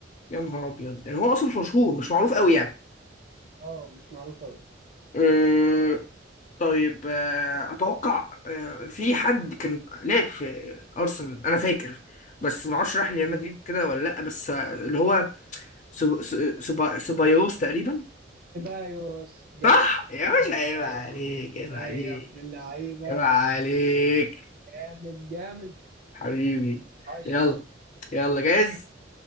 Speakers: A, on the left; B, on the right.
A: يا نهار ابيض يعني هو اصلا مش مشهور مش معروف قوي يعني
B: اه مش معروف قوي
A: آه... طيب آه... اتوقع آه... في حد كان لعب في ارسنال انا فاكر بس ما اعرفش راح ريال
B: مم.
A: مدريد كده ولا لا بس آه، اللي هو سب... سب... سب... سبايوس تقريبا
B: سيبايوس جامد
A: صح يا باشا عيب
B: ايوه
A: عليك
B: صح
A: عيب
B: يا
A: عليك
B: أيوة يا ابن اللعيبه
A: عيب عليك
B: جامد جامد
A: حبيبي
B: عاش
A: يلا
B: على
A: يلا جاهز